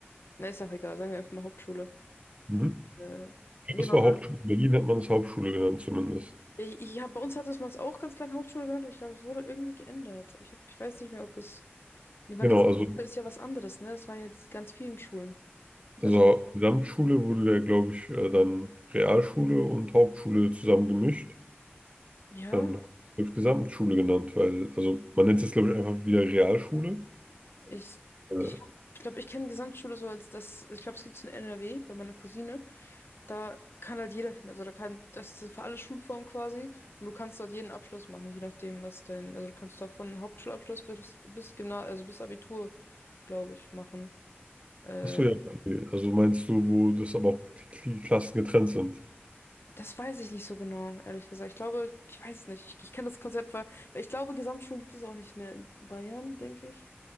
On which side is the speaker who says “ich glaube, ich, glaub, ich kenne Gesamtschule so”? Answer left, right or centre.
Left